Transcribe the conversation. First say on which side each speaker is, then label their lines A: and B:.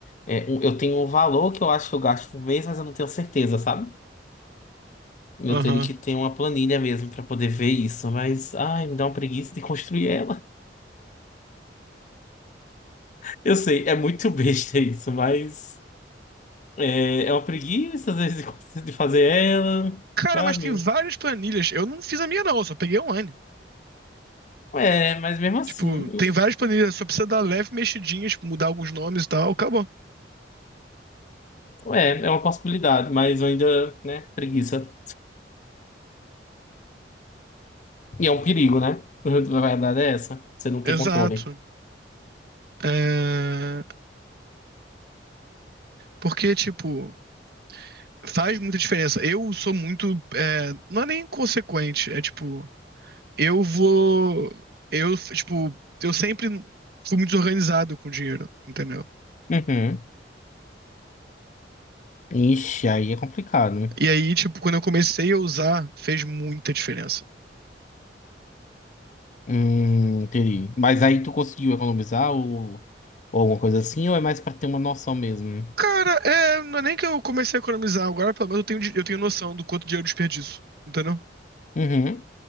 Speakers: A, on the left; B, on the right.
A: é, um- eu tenho um valor que eu acho que eu gasto por mês, mas eu não tenho certeza, sabe? Eu
B: Aham.
A: teria que ter uma planilha mesmo pra poder ver isso, mas ai, me dá uma preguiça de construir ela. <laughs> Eu sei, é muito <laughs> besta isso, mas é, é uma preguiça às vezes de de fazer ela,
B: Cara,
A: sabe?
B: mas tem várias planilhas. Eu não fiz a minha, não, eu só peguei online.
A: É, mas mesmo assim,
B: Tipo,
A: eu-
B: tem várias planilhas, só precisa dar leve mexidinha, tipo, mudar alguns nomes e tal, acabou.
A: é, é uma possibilidade, mas eu ainda, né, preguiça. E é um perigo, né? <laughs> A verdade é essa. Você não
B: Exato.
A: tem controle.
B: É, Porque, tipo, faz muita diferença. Eu sou muito. é, Não é nem inconsequente, é tipo, eu vou. Eu, tipo, eu sempre fui muito desorganizado com dinheiro, entendeu?
A: Uhum. Ixi, aí é complicado. né?
B: E aí, tipo, quando eu comecei a usar, fez muita diferença.
A: Hum, entendi. Mas aí tu conseguiu economizar ou, ou alguma coisa assim, ou é mais pra ter uma noção mesmo?
B: Cara, é, não é nem que eu comecei a economizar, agora pelo menos eu tenho, di- eu tenho noção do quanto dinheiro eu desperdiço, entendeu?
A: Uhum.